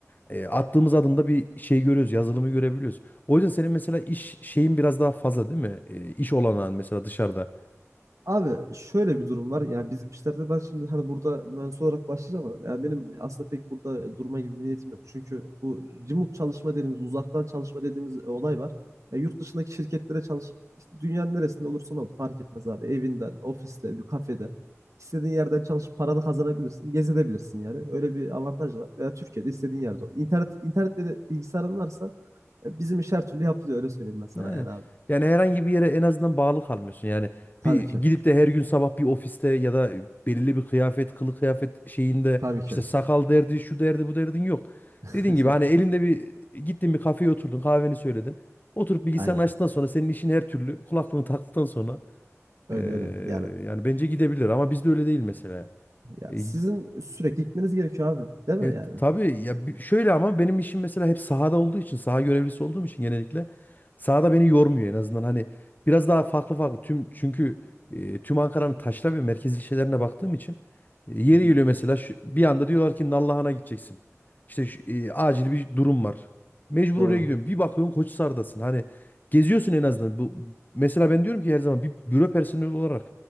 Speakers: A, on the left (about 35°); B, on the right (about 80°).
A: E, attığımız adımda bir şey görüyoruz, yazılımı görebiliyoruz. O yüzden senin mesela iş şeyin biraz daha fazla değil mi? E, iş olanağın mesela dışarıda.
B: Abi şöyle bir durum var. Yani bizim işlerde ben şimdi hani burada mühendis olarak başlayacağım ama yani benim aslında pek burada durma gibi bir niyetim yok. Çünkü bu remote çalışma dediğimiz, uzaktan çalışma dediğimiz e, olay var. Ya yurt dışındaki şirketlere çalışıp işte dünyanın neresinde olursan ol fark etmez abi. Evinden, ofiste, bir kafede istediğin yerden çalışıp paranı kazanabilirsin, gezebilirsin yani. Öyle bir avantaj var. Veya Türkiye'de istediğin yerde ol. İnternet internetle de bilgisayarın varsa e, bizim iş her türlü yapılıyor öyle söyleyeyim ben sana
A: Yani,
B: yani abi.
A: yani herhangi bir yere en azından bağlı kalmıyorsun. Yani
B: Tabii
A: bir
B: ki.
A: gidip de her gün sabah bir ofiste ya da belirli bir kıyafet, kılı kıyafet şeyinde
B: Tabii ki.
A: işte sakal derdi, şu derdi, bu derdin yok.
B: <laughs>
A: Dediğin gibi hani elinde bir gittin bir kafeye oturdun, kahveni söyledin. Oturup bilgisayarını
B: Aynen.
A: açtıktan sonra senin işin her türlü kulaklığını <laughs> taktıktan sonra
B: Öyle
A: eee,
B: öyle. Yani
A: yani bence gidebilir ama bizde öyle değil mesela.
B: ya
A: E,
B: sizin sürekli gitmeniz gerekiyor abi. Değil mi
A: Evet
B: yani?
A: tabii ya bi- şöyle ama benim işim mesela hep sahada olduğu için saha görevlisi olduğum için genellikle sahada beni yormuyor en azından hani biraz daha farklı farklı tüm çünkü e, tüm Ankara'nın taşra ve merkez ilçelerine baktığım için e, yeri
B: Hı hı.
A: geliyor mesela şu, bir anda diyorlar ki Nallıhan'a gideceksin. İşte şu- e, acil bir durum var. Mecbur
B: Doğru.
A: oraya gidiyorum. Bir bakıyorsun Koçhisar'dasın. Hani geziyorsun en azından. Bu mesela ben diyorum ki her zaman bir büro personeli olarak